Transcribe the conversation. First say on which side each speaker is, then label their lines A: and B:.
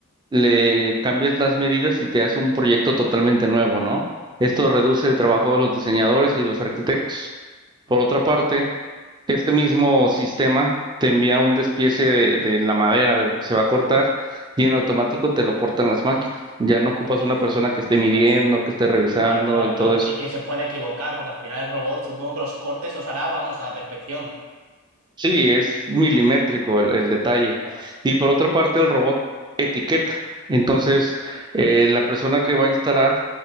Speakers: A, on the right; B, on the right.
A: le
B: eh,
A: cambias las medidas y te hace un proyecto totalmente nuevo, ¿no? Esto reduce el trabajo de los diseñadores y los arquitectos.
B: Ajá,
A: Por otra parte, este mismo sistema te envía un despiece de, de la madera, de lo que se va a cortar, y en automático
B: ajá.
A: te lo cortan las máquinas. Ya no ocupas
B: Uy, qué interesante.
A: una persona que esté
B: Ostras,
A: midiendo, que esté revisando
B: claro, claro,
A: y
B: claro.
A: todo eso.
B: Y que se pueda equivocar, porque al final el robot supongo que los cortes los hará, vamos, a la perfección.
A: Sí, es milimétrico el, el detalle.
B: Ostras,
A: Y por otra parte, el robot etiqueta. Entonces, eh, la persona que va a instalar